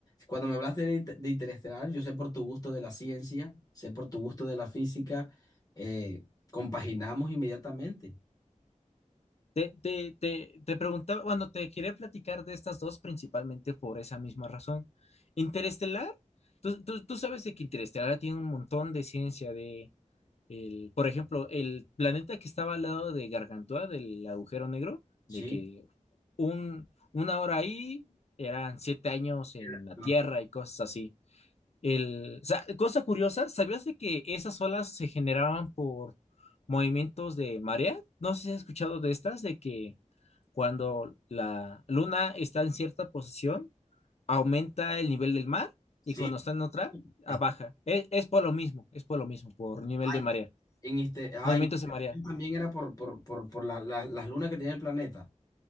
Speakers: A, on the left; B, on the left.
A: cuando me hablaste de, Inter- de Interestelar, yo sé por tu gusto de la ciencia, sé por tu gusto de la física, eh, compaginamos inmediatamente,
B: Te, te, te, te preguntaba, bueno, te quería platicar de estas dos principalmente por esa misma razón. Interestelar, tú, tú- tú sabes de que Interestelar tiene un montón de ciencia de, el, por ejemplo, el planeta que estaba al lado de Gargantúa, del agujero negro,
A: ¿sí?
B: de que un, una hora ahí eran siete años en
A: En la-
B: la
A: en
B: Tierra
A: la-
B: y cosas así. El, o sea, cosa curiosa, ¿sabías de que esas olas se generaban por movimientos de marea? No sé si has escuchado de estas, de que cuando la luna está en cierta posición, aumenta el nivel del mar
A: Sí,
B: y cuando está en otra,
A: es-
B: a baja. Es, es por lo mismo, es por lo mismo, por nivel de
A: ay,
B: marea,
A: en este, ay,
B: movimientos de marea.
A: también era por, por, por, por la- la- las lunas que tenía el planeta.